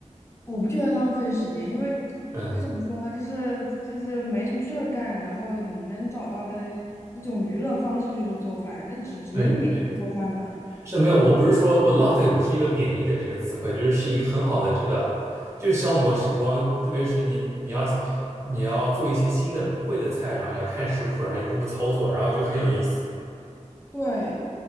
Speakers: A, on the left; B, on the right.
A: 我不觉得浪费时间，因为就怎么说呢，
B: 嗯，
A: 就是就是没什么事儿干，然后你能找到的一种娱乐方式就是做饭，那只只能研究做饭了。
B: 对对，是没有，我不是说我浪费，不是一个贬义的这个词汇，就是是一个很好的这个，就是消磨时光。特别是你你要你要做一些新的不会的菜，然后你要看食谱，然后一步步操作，然后就很有意思。
A: 对。